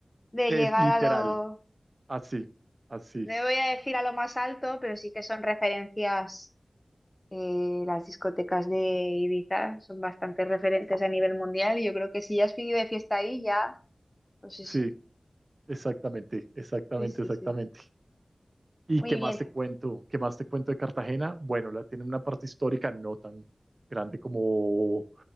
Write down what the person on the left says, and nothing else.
de
llegar
a lo,
no voy a decir a lo más alto, pero sí que son referencias Eh, las discotecas de Ibiza son bastante referentes a nivel mundial y yo creo que si ya has vivido de fiesta ahí, ya, pues eso.
Sí, sí,
sí.
Muy
bien,